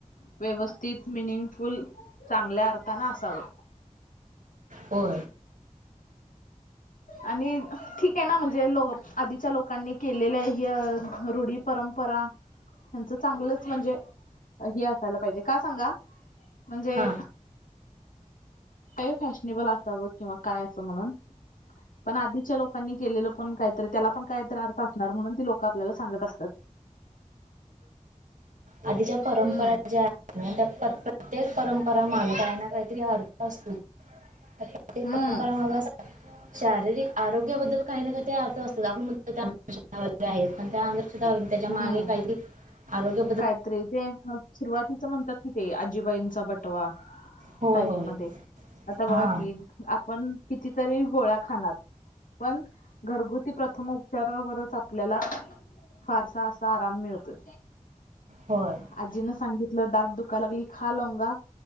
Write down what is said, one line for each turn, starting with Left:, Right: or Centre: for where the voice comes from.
Left: व्यवस्थित मिनिंगफुल चांगल्या अर्थाान असावं.
Right: हो.
Left: आणि ठीक आहे ना म्हणजे लो आधीच्या लोकांनी केलेल्या ह रूढी परं. पच चांगलंच म्हणजे हे असायला पाहिजे का सांगा. म्हणजे.
Right: हा
Left: का फॅशनेबल असावं किंवा काय असं म्हणून. पण आधीच्या लोकांनी केलेलं पण काहीतरी त्याला पण काहीत अर्थ असणार म्हणून ती लोक आपल्याला सांगत असतात.
Right: आधीच्या परंपरा
Left: हम्म
Right: ज्या त्या प्रत्येक परंपरा माझ काही ना काहीतरी अर्थ असतो. प्रक
Left: हम्म
Right: परंपरा माग अस. शारीरिक आरोग्याबद्दल काही ना काही ते अर्थ असतात आपण म्हणतगर आहेत पण त्या त्याच्या मागे
Left: हम्म
Right: काहीतरी आरोग्य
Left: कायतरी ते सुरुवातीच म्हणतात कि ते आजीबाईंचा बटवा.
Right: होय
Left: टाईप
Right: होय
Left: मध्ये आता
Right: हा
Left: बघा की आपण कितीतरी गोळ्या खाणार. पण घरगुती प्रथम उपचारावरच आपल्याला. फारसा असा आराम मिळतोय.
Right: होय.
Left: आजीनं सांगितलं दाट दुखा लागली खा लाव गा